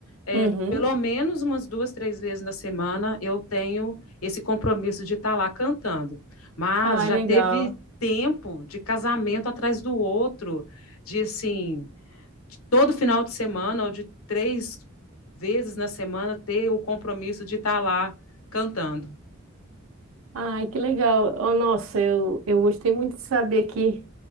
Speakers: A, on the left; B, on the right.
A: Eh,
B: uhum.
A: pelo menos umas duas, três vezes na semana eu tenho esse compromisso de estar lá cantando. Mas
B: Ai,
A: já
B: legal.
A: teve tempo de casamento atrás do outro de assim, de todo final de semana ou de três vezes na semana ter o compromisso de estar lá cantando.
B: Ai, que legal. Oh, nossa, eu, eu gostei muito de saber que